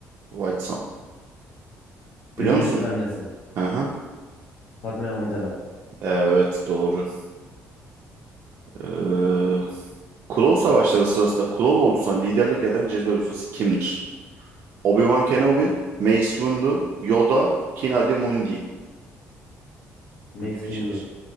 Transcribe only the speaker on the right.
Whitesun.
Biliyor musun?
Hı hı.
Evet doğru. Ee, Klon Savaşları sırasında klon ordusuna liderlik eden Jedi ustası kimdir? Obi-Wan Kenobi, Mace Windu, Yoda, Ki-Adi Mundi.
Bu ne biçim
isim?